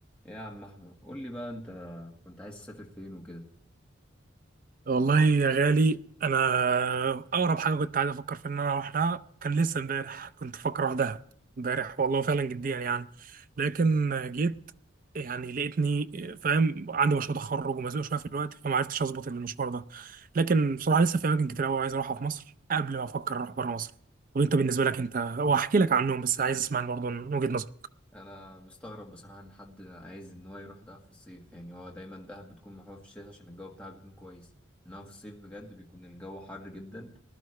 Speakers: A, in the centre; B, on the right.
A: إيه يا عم احمد قول لي بقى انت كنت عايز تسافر فين وكده
B: والله يا غالي انا اقرب حاجه كنت عايز افكر في ان انا اروح لها كان لسه امبارح كنت بفكر اروح دهب امبارح والله فعلا جديا يعني لكن جيت يعني لقيتني فاهم عندي مشروع تخرج ومزنوق شويه في الوقت فما عرفتش اظبط المشوار ده لكن بصراحه لسه في اماكن كتير قوي عايز اروحها في مصر قبل ما افكر اروح بره مصر طب انت بالنسبه لك انت وهحكي لك عنهم بس عايز اسمع برضه من وجهه نظرك
A: انا مستغرب بصراحه ان حد عايز ان هو يروح دهب في الصيف يعني هو دايما دهب بتكون محبوبه في الشتاء عشان الجو بتاعها بيكون كويس انما في الصيف بجد بيكون الجو حر جدا